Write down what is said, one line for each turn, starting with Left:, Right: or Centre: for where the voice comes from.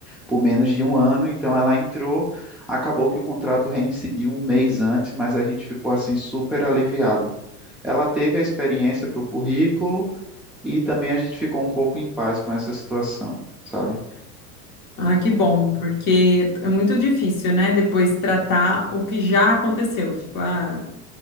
Centre: por menos de um ano. Então, ela entrou, acabou que o contrato reincidiu um mês antes, mas a gente ficou, assim, super aliviado. Ela teve a experiência para o currículo e também a gente ficou um pouco em paz com essa situação, sabe?
Left: Ah, que bom, porque é muito difícil, né? Depois tratar o que já aconteceu. Tipo, ah,